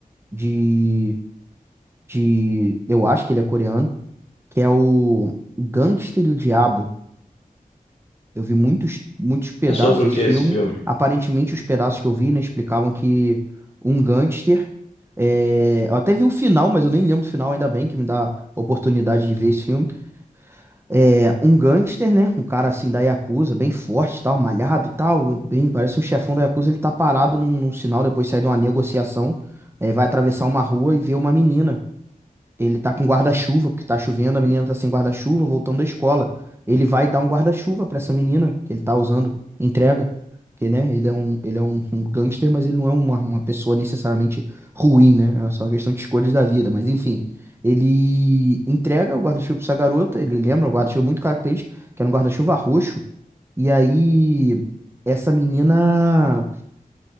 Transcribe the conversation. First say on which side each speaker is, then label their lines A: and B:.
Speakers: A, on the right (about 15°); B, on the left (about 45°).
A: de, de, eu acho que ele é coreano que é o Gangster e o Diabo. Eu vi muitos, muitos pedaços
B: É sobre
A: desse
B: o que
A: filme.
B: esse filme?
A: Aparentemente, os pedaços que eu vi, né, explicavam que um gangster. é, Eu até vi o final, mas eu nem lembro do final, ainda bem que me dá a oportunidade de ver esse filme. É um gangster, né? Um cara assim da Yakuza, bem forte, e tal, malhado e tal. Bem, parece um chefão da Yakuza. Ele tá parado num, num sinal, depois sai de uma negociação. é, vai atravessar uma rua e vê uma menina. Ele tá com guarda-chuva, porque tá chovendo, a menina tá sem guarda-chuva, voltando da escola. Ele vai dar um guarda-chuva pra essa menina que ele tá usando, entrega. Porque, né, ele é um, ele é um, um gangster, mas ele não é uma, uma pessoa necessariamente ruim, né? É só uma questão de escolhas da vida, mas enfim. Ele entrega o guarda-chuva pra essa garota, ele lembra um guarda-chuva muito característico, que era um guarda-chuva roxo. E aí, essa menina.